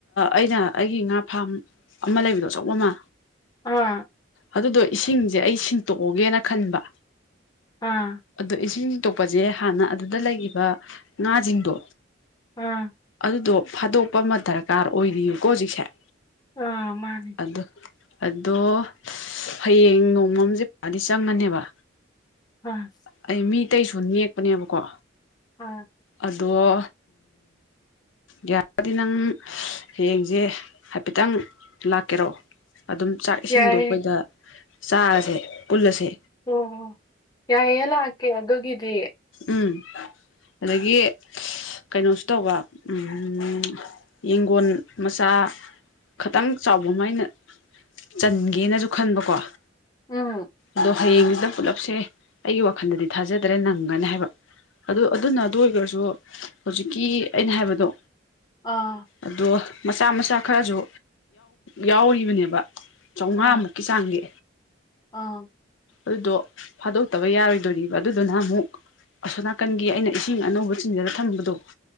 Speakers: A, on the left; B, on the left.
A: ꯑꯩꯅ ꯑꯩꯒꯤ ꯉꯥ ꯐꯥꯝ ꯑꯃ ꯂꯩꯕꯗꯣ ꯑꯆꯧꯕ ꯑꯃ
B: ꯑꯥ
A: ꯑꯗꯨꯗꯣ ꯏꯁꯤꯡꯁꯦ ꯑꯩ ꯁꯤꯡꯇꯣꯛꯑꯣꯒꯦꯅ ꯈꯟꯕ
B: ꯑꯥ
A: ꯑꯗꯣ ꯏꯁꯤꯡ ꯇꯣꯛꯄꯁꯦ ꯍꯥꯟꯅ ꯑꯗꯨꯗ ꯂꯩꯈꯤꯕ ꯉꯥꯁꯤꯡꯗꯣ
B: ꯎꯝ
A: ꯑꯗꯨꯗꯣ ꯐꯥꯗꯣꯛꯄ ꯑꯃ ꯗꯔꯀꯥꯔ ꯑꯣꯏꯔꯤꯑꯀꯣ ꯍꯧꯖꯤꯛꯁꯦ
B: ꯑꯥ ꯃꯥꯅꯤ
A: ꯑꯗ ꯑꯗꯨꯗꯣ ꯍꯌꯦꯡ ꯅꯣꯡ ꯅꯝꯁꯦ ꯄꯗꯤ ꯆꯪꯉꯅꯦꯕ
B: ꯑ
A: ꯑꯩ ꯃꯤ ꯇꯇꯩꯁꯨ ꯅꯦꯛꯄꯅꯦꯕꯀꯣ
B: ꯑ
A: ꯑꯗꯣ ꯎ ꯌꯥꯔꯒꯗꯤ ꯅꯪ ꯍꯌꯦꯡꯁꯦ ꯍꯥꯏꯐꯦꯠꯇꯪ ꯂꯥꯛꯀꯦꯔꯣ ꯑꯗꯨꯝ ꯆꯥꯛ ꯏꯁꯤꯡꯗꯣ
B: ꯌꯥꯏꯌꯦ
A: ꯑꯩꯈꯣꯏꯗ ꯆꯥꯔꯁꯦ ꯄꯨꯜꯂꯁꯦ
B: ꯑꯣꯢ ꯌꯥꯏꯌꯦꯦ ꯂꯀꯦ ꯑꯗꯨꯒꯤꯗꯤ
A: ꯎꯝ ꯑꯗꯒꯤ ꯀꯩꯅꯣꯁꯨ ꯇꯧꯕ ꯎꯝ ꯌꯦꯡꯒꯣꯟ ꯃꯆꯥ ꯈꯤꯇꯪ ꯆꯥꯎꯕ ꯑꯃꯥꯏꯅ ꯆꯟꯒꯦꯅꯁꯨ ꯈꯟꯕꯀꯣ
B: ꯎꯝ
A: ꯑꯗꯣ ꯍꯌꯦꯡꯁꯤꯗ ꯄꯨꯂꯞꯁꯦ ꯑꯩꯒꯤ ꯋꯥꯈꯜꯗꯗꯤ ꯊꯥꯖꯗ꯭ꯔꯦ ꯅꯪ ꯐꯪꯒꯅꯤ ꯍꯥꯏꯕ ꯑꯗꯨ ꯑꯗꯨꯅ ꯑꯗꯨ ꯑꯣꯏꯈꯔꯁꯨ ꯍꯧꯖꯤꯛꯀꯤ ꯑꯩꯅ ꯍꯥꯏꯕꯗꯣ
B: ꯑꯥ
A: ꯑꯗꯣ ꯃꯆꯥ ꯃꯆꯥ ꯈꯔꯁꯨ ꯌꯥꯎꯔꯤꯕꯅꯦꯕ ꯆꯥꯝꯃꯉꯥꯃꯨꯛꯀꯤ
B: ꯑꯥ
A: ꯇꯥꯡꯒꯦ
B: ꯑꯥ
A: ꯑꯗꯨꯗꯣ ꯐꯥꯗꯣꯛꯇꯕ ꯌꯥꯔꯣꯏꯗꯣꯔꯤꯕ ꯑꯗꯨꯗꯨꯅ ꯑꯃꯨꯛ ꯑꯁꯣꯅꯥꯀꯟꯒꯤ ꯑꯩꯅ ꯏꯁꯤꯡ ꯑꯅꯧꯕ ꯆꯤꯡꯖꯗ ꯊꯝꯕꯗꯣ